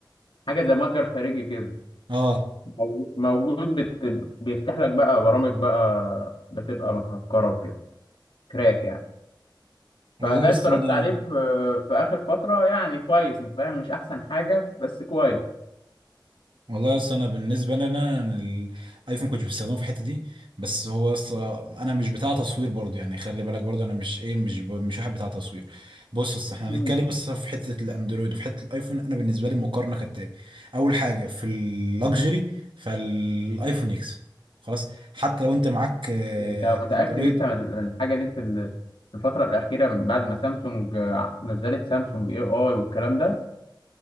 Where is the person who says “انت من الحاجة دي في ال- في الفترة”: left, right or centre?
Left